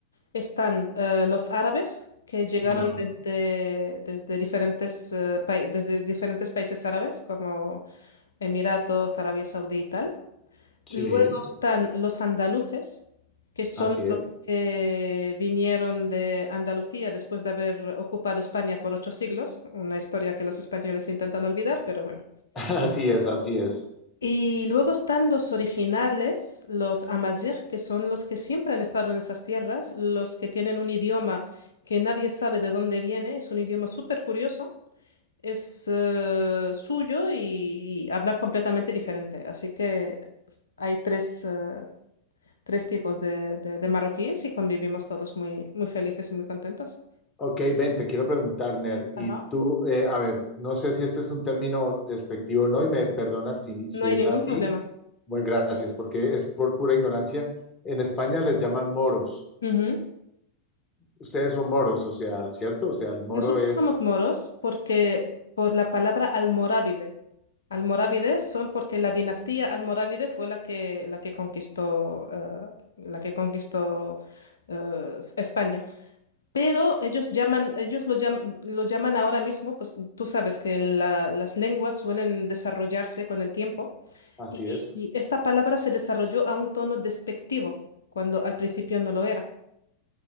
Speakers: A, on the left; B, on the left.
A: Están eh, los árabes que llegaron
B: <clears throat> Ajá.
A: desde, desde, diferentes, eh, pai- desde diferentes países árabes como Emiratos, Arabia Saudí y tal.
B: Sí.
A: Luego están los andaluces, que son
B: Así
A: los
B: es,
A: que vinieron de Andalucía después de haber ocupado España por ocho siglos, una historia que los españoles intentan olvidar, pero bueno.
B: <laughs> así es, así es.
A: Y luego están los originales, los amazigh, que son los que siempre han estado en esas tierras, los que tienen un idioma que nadie sabe de dónde viene, es un idioma súper curioso, es eh, suyo y, y hablan completamente diferente. Así que hay tres, eh, tres tipos de, de- de marroquíes y convivimos todos muy, muy felices y muy contentos.
B: Ok, ven, te quiero preguntar, Ner, y
A: Ajá.
B: tú, eh, a ver, no sé si este es un término despectivo o no, y me perdonas si, si
A: No hay
B: es
A: ningún
B: así.
A: problema.
B: Bueno, gracias, porque es por pura ignorancia. En España les llaman moros.
A: Ujú.
B: Ustedes son moros, o sea, ¿cierto? O sea, el moro
A: Nosotros
B: es,
A: somos moros porque por la palabra almorávide. Almorávides son porque la dinastía almorávide fue la que, la que conquistó, eh, la que conquistó eh, España. Pero ellos llaman, ellos lo llaman, lo llaman ahora mismo, pues tú sabes que la- las lenguas suelen desarrollarse con el tiempo
B: así
A: y,
B: es.
A: y esta palabra se desarrolló a un tono despectivo cuando al principio no lo era,